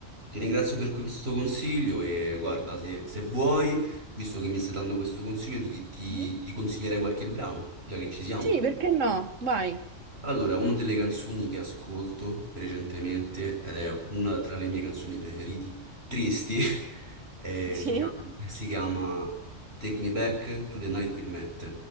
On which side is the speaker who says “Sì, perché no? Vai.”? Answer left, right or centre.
Right